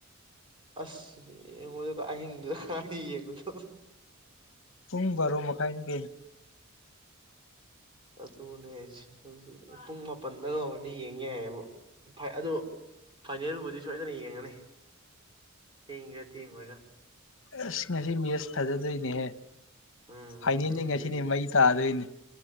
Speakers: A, on the right (about 25°); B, on the left (about 60°).
A: ꯑꯁ ꯌꯦꯡꯉꯣꯏꯗ ꯑꯍꯤꯡꯗꯨꯗ ꯀꯥꯏ ꯌꯦꯡꯕꯅꯣ
B: ꯄꯨꯡ ꯕꯔꯣ ꯃꯈꯥꯏꯅꯤ ꯀꯩꯅꯣ꯫
A: ꯑꯗꯨꯅꯦꯁꯦ ꯑꯗꯨ ꯄꯨꯡ ꯃꯥꯄꯟꯗꯒ ꯍꯧꯔꯗꯤ ꯌꯦꯡꯌꯥꯏꯕꯨ ꯐꯏ ꯑꯗꯨ ꯐꯥꯏꯅꯦꯜꯕꯨꯗꯤ ꯁꯣꯏꯗꯅ ꯌꯦꯡꯉꯅꯤ ꯊꯦꯡꯒꯦꯔꯥ ꯊꯦꯡꯉꯣꯏꯔꯥ?
B: ꯑꯁ ꯉꯁꯤ ꯃꯦꯠꯁ ꯐꯖꯗꯣꯏꯅꯦꯍꯦ
A: ꯎꯝ
B: ꯐꯥꯏꯅꯦꯜꯗꯒꯤ
A: ꯑꯗꯨꯕꯨꯗꯤ
B: ꯉꯁꯤꯅ ꯍꯦꯟ ꯃꯩ ꯇꯥꯗꯣꯏꯅꯦ꯫